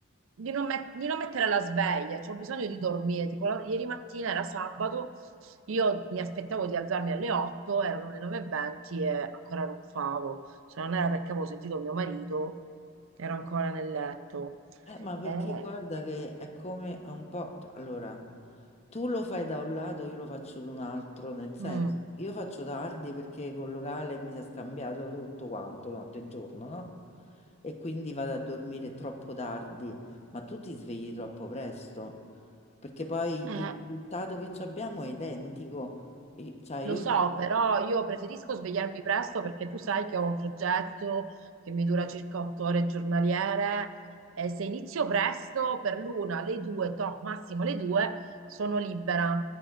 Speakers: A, on the right (about 75°); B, on the left (about 30°).
A: di non, met- di non mettere la sveglia, cioè ho bisogno di dormire. Tipo, la- ieri mattina era sabato, io mi aspettavo di alzarmi alle 8, erano le 9.20 e venti e ancora ronfavo. Se non era perché avevo sentito mio marito, ero ancora nel letto.
B: Eh, ma perché
A: Eh,
B: guarda che è come è un po'... cioè, Allora, tu lo fai da un lato, io lo faccio da un altro, nel senso,
A: Mm.
B: io faccio tardi perché col locale mi si è scambiato tutto quanto, notte e giorno, no? E quindi vado a dormire troppo tardi, ma tu ti svegli troppo presto, perché poi
A: Eh,
B: il risultato che ci abbiamo è identico. I- Cioè, io...
A: Lo so, però io preferisco svegliarmi presto perché tu sai che ho un progetto che mi dura circa otto ore giornaliere e se inizio presto per l'una, le due, to, massimo le due, sono libera.